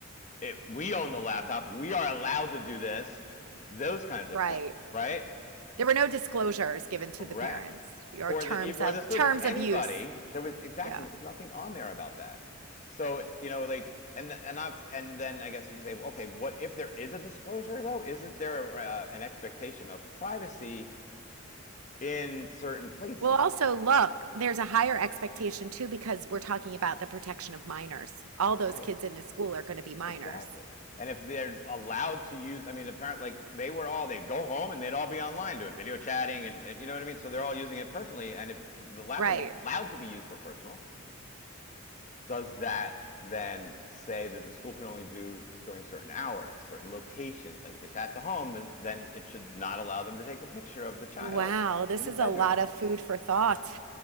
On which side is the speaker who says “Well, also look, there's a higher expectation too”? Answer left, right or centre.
Right